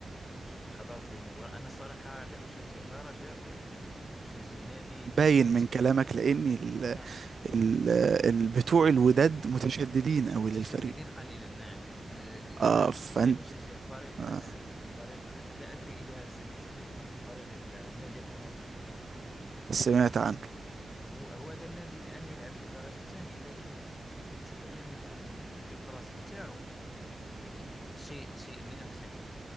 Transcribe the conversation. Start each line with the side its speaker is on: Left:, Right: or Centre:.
Left: كنت حضرت لمباراة أنا صراحة لا أشجع لا رجاء ولا وداد أشجع نادي
Right: باين
Left: مدينتي
Right: من كلامك لاني ال
Left: نعم
Right: ال ال- بتوع الوداد متشددين قوي
Left: متشددين
Right: للفريق
Left: قليلا نعم آه، أنا
Right: اه
Left: أشجع
Right: فانت
Left: أشجع فريق
Right: آه
Left: آه، فريق لا أدري إذا سمعت به هناك فريق يدعى النادي القنيطري
Right: سمعت عنه
Left: هو هو هذا النادي الآن يلعب في الدرجة الثانية لكن أتكلم لك عن الإلتراس بتاعه يعني شيء شيء من الخير